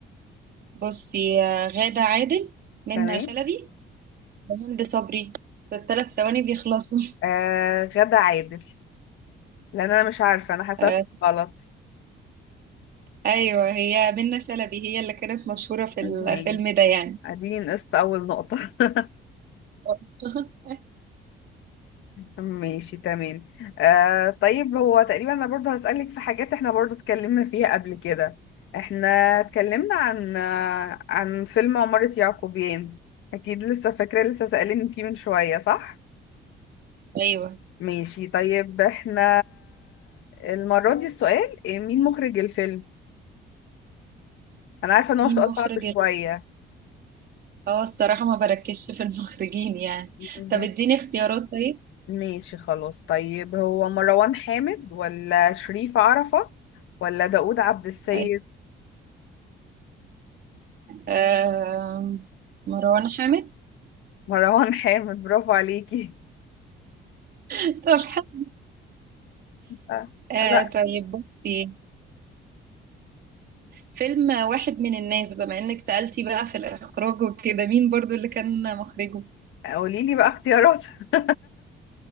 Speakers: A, on the right (about 50°); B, on the left (about 75°).
A: بصي آه، غادة عادل منى
B: تمام
A: شلبي هند صبري في الثلاث ثواني بيخلصوا <laughs>
B: آه غدا عادل لان انا مش عارفه انا حسيت
A: آه،
B: غلط
A: ايوه هي منة شلبي هي اللي كانت مشهورة في
B: ماشي
A: الفيلم ده يعني
B: اديني نقصت اول نقطه <laughs>
A: <laughs>
B: ماشي تمام آه طيب هو تقريبا انا برضه هسألك في حاجات احنا برضه اتكلمنا فيها قبل كده احنا اتكلمنا عن آه، عن فيلم عمارة يعقوبيان اكيد لسه فاكرة لسه سألني فيه من شوية صح
A: ايوه
B: ماشي طيب احنا المرة دي السؤال إيه، مين مخرج الفيلم انا عارفة ان هو
A: مين
B: سؤال
A: مخرج
B: صعب
A: ال-
B: شوية
A: اه الصراحة ما بركزش في المخرجين يعني
B: ماشي
A: طب اديني اختيارات طيب
B: ماشي، خلاص طيب هو مروان حامد ولا شريف عرفة ولا داوود عبد السيد
A: أيوة. آه مروان حامد
B: مروان حامد برافو عليكي
A: <laughs> طب حلو.
B: آه،
A: آه
B: لا
A: طيب بصي فيلم واحد من الناس بما انك سألتي بقى في الاخراج وكده مين برضو اللي كان مخرجه
B: قولي لي بقى اختيارات <laughs>